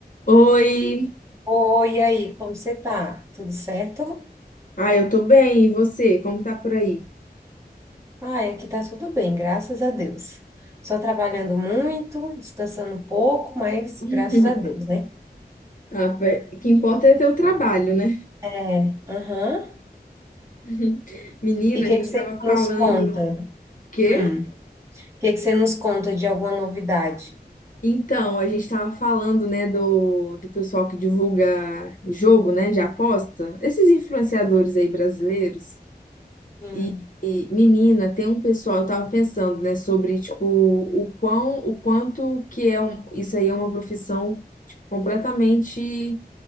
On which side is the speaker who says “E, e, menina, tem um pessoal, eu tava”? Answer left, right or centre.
Left